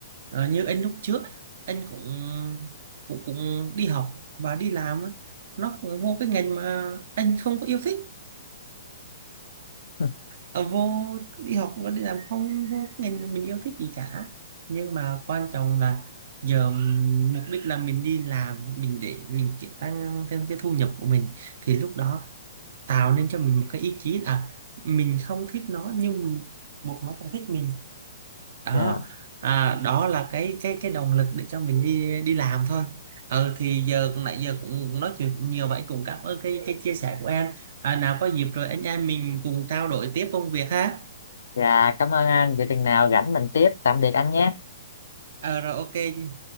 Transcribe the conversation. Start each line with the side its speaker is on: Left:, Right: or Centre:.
Right: ờ, như anh lúc trước anh cũng cũng cũng đi học và đi làm á, nó cũng vô cái ngành mà anh không có yêu thích
Left: <laughs>
Right: Ờ, vô đi học và đi làm không vô cái ngành mình yêu thích gì cả nhưng mà quan trọng là giờ mục đích là mình đi làm mình để mình chỉ tăng thêm cái thu nhập của mình thì lúc đó tạo nên cho mình một cái ý chí à mình không thích nó nhưng mình buộc nó phải thích mình đó
Left: dạ
Right: à, đó là cái cái cái động lực để cho mình đi đi làm thôi ừ thì giờ nãy giờ cũng nói chuyện nhiều vậy cũng cảm ơn cái cái chia sẻ của em à, nào có dịp rồi anh em mình cùng trao đổi tiếp công việc ha
Left: dạ cảm ơn anh vậy chừng nào rảnh mình tiếp tạm biệt anh nhé
Right: ờ rồi ok